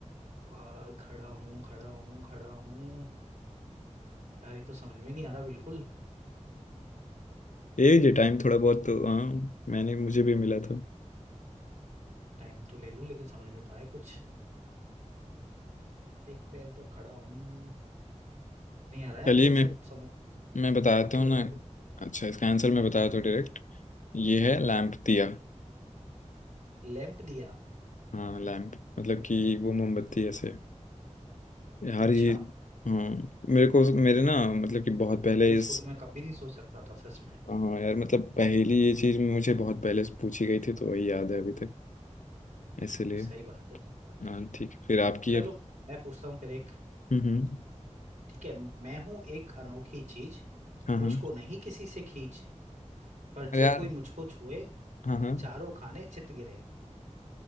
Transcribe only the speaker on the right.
आ, खड़ा हूँ खड़ा हूँ खड़ा हूँ यार ये तो समझ में नहीं आ रहा बिल्कुल
टाइम तो ले लूं लेकिन समझ में तो आए कुछ एक पैर पर खड़ा हूँ नहीं आ रहा यार
भाई
सब समझ
आप ही
बता
दो
लैंप दिया
अच्छा
भाई इसको
तो मैं कभी नहीं सोच सकता था सच में
सही बात है सही बात
है
चलो
मैं पूछता हूँ फिर एक
ठीक है मैं हूँ एक अनोखी चीज
मुझको
नहीं किसी से खींच पर
जो
कोई मुझको छुए
चारों खाने चित गिरे